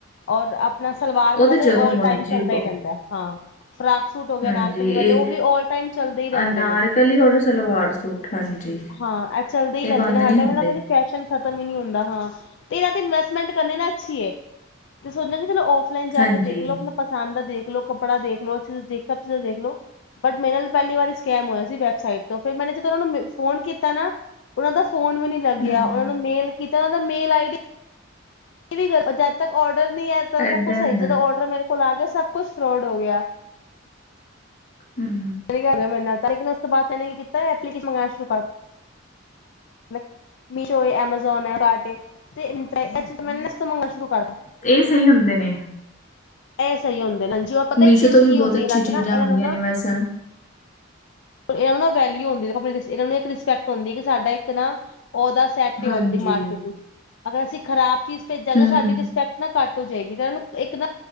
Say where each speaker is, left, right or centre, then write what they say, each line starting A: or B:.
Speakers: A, on the left; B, on the left.
A: ਔਰ ਆਪ ਸਲਵਾਰ
B: ਉਹ
A: ਵਾਲਾ ਤੇ,
B: ਜਦੋਂ
A: ਉਲ
B: ਮਰਜ਼ੀ
A: ਟਾਈਮ ਚੱਲਦਾ
B: ਪਾਓ।
A: ਹੀ ਰਹਿੰਦਾ ਹਾਂ ਫਰਾਕ‌ ਸੂਟ ਹੋ ਗਿਆ
B: ਹਾਂਜੀ,
A: ਅਨਾਰਕਲੀ ਵਾਲੇ,
B: ਇਹ
A: ਉਹ ਵੀ ਔਲ ਟਾਈਮ, ਚੱਲਦੇ ਹੀ ਰਹਿੰਦੇ
B: ਅਨਾਰਕਲੀ
A: ਨੇ,
B: ਔਰ ਸਲਵਾਰ ਸੂਟ ਹਾਂਜੀ,
A: ਹਾਂ ਇਹ ਚੱਲਦੇ ਈ ਰਹਿੰਦੇ
B: ਬੰਦ
A: ਨੇ, ਹਰ
B: ਨੀ
A: ਟਾਈਮ
B: ਹੁੰਦੇ।
A: ਇਹਨਾ ਦਾ, ਕਦੇ ਫੈਸ਼ਨ ਖਤਮ ਹੀ ਨੀ ਹੁੰ ਦਾ ਹਾਂ, ਤੇ ਇਹਨਾਂ ਤੇ ਇਨਵੈਸਟਮੈਂਟ ਕਰਨੀ ਨਾ ਅੱਛੀ ਏ ਤੇ ਸੋਚ ਨੇ ਆ ਚਲੋ ਔਨਲਾਈਨ ਜਾ
B: ਹਾਂਜੀ,
A: ਕੇ ਦੇਖ ਲੋ, ਆਪਣਾ ਪਸੰਦ ਦਾ ਦੇਖ ਲੋੋ, ਕੱਪੜਾ ਦੇਖ ਲੋ ਅਛੀ ਦੇਖ ਲੋ ਸਭ ਚੀਜ਼ਾਂ ਦੇਖ ਲੋੋ ਬਟ ਮੇਰੇ ਨਾਲ, ਪਹਿਲੀ ਵਾਰੀ ਸਕੈਮ ਹੋਇਆ ਸੀ। ਵੈਬਸਾਈਟ ਤੋਂ ਫੇਰ ਜਦੋਂ ਮੈ, ਫੋਨ ਕੀਤਾ ਨਾ ਉਹਨਾਂ ਦਾ ਫੋਨ ਵੀ ਨੀ ਲੱਗਿਆ,
B: ਹੂੰ,
A: ਉਹਨਾਂ ਨੂੰ ਮੇਲ ਕੀਤਾ ਨਾ ਉਹਨਾਂ ਦਾ ਮੇਲ ਆਈਡੀ ਵੀ ਜਦ ਤੱਕ ਔਡਰ ਨਹੀਂ ਆਇਆ ਤਾਂ, ਸਭ
B: ਏਦਾਂ
A: ਕੁਛ ਸਹੀ
B: ਹੁੰਦਾ
A: ਜਦੋਂ ਔਡਰ ਮੇਰੇ ਕੋਲ, ਆ ਗਿਆ ਸਭ ਕੁਛ ਫਰੋਡ ਹੋ ਗਿਆ
B: ਹਮ
A: <inaudible> ਮੀਸ਼ੋ ਏ ਐਮਾਜ਼ੋਨ ਹੈ ਕਾਰਟ ਏ ਤੇ, ਅੱਛਾ ਤੇ ਮੈਂ ਨਾ, ਇਸ ਤੋਂ ਮੰਗਣਾ ਸ਼ੁਰੂ ਕਰ
B: ਇਹ ਸਹੀ ਹੁੰਦੇ ਨੇ
A: ਇਹ ਸਹੀ ਹੁੰਦੇ ਨਾ ਜੀ ਹੋਰ ਪਤਾ
B: ਮੀਸ਼ੋ
A: ਇੱਕ ਚੀਜ਼
B: ਤੋਂ ਵੀ
A: ਕੀ
B: ਬਹੁਤ
A: ਹੁੰਦੀ,
B: ਅੱਛੀ
A: ਇਹ ਚ
B: ਚੀਜ਼ਾਂ
A: ਨਾ ਇਹਨਾਂ
B: ਆਉਂਦੀਆਂ
A: ਨੂੰ ਨਾ
B: ਨੇ ਵੈਸੇ।
A: ਇਹਨਾਂ ਨੂੰ ਨਾ ਵੈਲਿਊ ਆਉਂਦੀ ਆਪ ਇਹ ਨੂੰ ਇੱਕ ਰਿਸਪੈਕਟ ਹਉਂਦੀ ਹੈ, ਕਿ ਸਾਡਾ ਇੱਕ ਨਾ ਉਹਦਾ ਰਿਸਪੈਕਟ
B: ਹਾਂਜੀ
A: ਐ ਔਲਰੇਡੀ ਮਾਰਕੀਟ ਵਿੱਚ, ਅਗਰ ਅਸੀਂ ਖ਼ਰਾਬ ਚੀਜ਼ ਭੇਜਾਂਗੇ
B: ਹੂੰ
A: ਸਾਡੀ ਰਿਸਪੈਕਟ ਨਾ ਘੱਟ ਹੋ ਜਾਏਗੀ ਤੇ ਇਹਨਾਂ ਨੂੰ ਇੱਕ ਨਾ